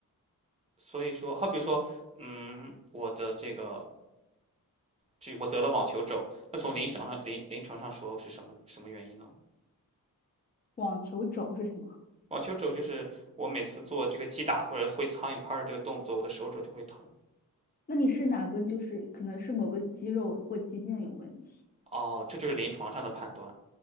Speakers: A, on the right (about 20°); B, on the left (about 25°).
A: 所以说，好比说，嗯，我的这个，就我得了网球肘，那从临床上临临床上说是什么什么原因呢？
B: 网球肘是什么？
A: 网球肘就是我每次做这个击打或者挥苍蝇拍儿的这个动作，我的手肘就会疼。
B: 那你是哪根？就是可能是某个肌肉或肌腱有问题，
A: 哦，这就是临床上的判断，